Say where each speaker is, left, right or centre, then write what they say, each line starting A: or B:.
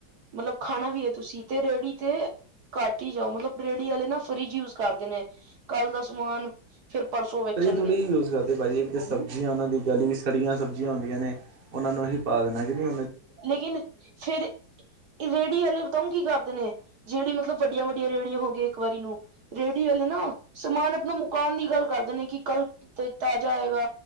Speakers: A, on the right (about 60°); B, on the right (about 40°).
A: ਮਤਲਬ ਖਾਣਾ ਵੀ ਹੈ। ਤੁਸੀ ਤੇ ਰੇਹੜੀ ਤੇ ਘੱਟ ਹੀ ਜਾਓ ਮਤਲਬ ਰੇਹੜੀ ਵਾਲੇ ਨਾ ਫਰਿਜ ਯੂਜ ਕਰਦੇ ਨੇ ਕਲ ਦਾ ਸਮਾਨ ਫੇਰ ਪਰਸੋਂ ਵੇਚਣਗੇ
B: ਤਰੀ ਤੁਰੀ ਯੂਜ ਕਰਦੇ ਭਾਜੀ ਇਕ ਤੇ
A: ਹਾਂਜੀ
B: ਸਬਜ਼ੀਆਂ ਉਹਨਾਂ ਦੀ ਗਲੀ ਸੜੀਆਂ ਸਬਜ਼ੀਆਂ ਹੁੰਦੀਆਂ ਨੇ ਉਹਨਾਂ ਨੂੰ ਹੀ ਪਾ ਦੇਣਾ ਕਿ ਨਹੀ
A: ਲੇਕਿਨ ਫੇਰ ਰੇਹੜੀ ਵਾਲੇ ਬਤਾਂਊ ਕੀ ਕਰਦੇ ਨੇ ਜਿਹੜੀ ਮਤਲਬ ਵੱਡੀਆਂ- ਵੱਡੀਆਂ ਰੇਹੜੀਆ ਹੋ ਗਈ ਇਕ ਵਾਰੀ ਨੂੰ ਰੇਹੜੀ ਵਾਲੇ ਨਾ ਸਮਾਨ ਆਪਣਾ ਮੁਕਾਉਣ ਦੀ ਗੱਲ ਕਰਦੇ ਨੇ ਕਿ ਕਲ- ਤੇ ਤਾਜ਼ਾ ਆਏਗਾ,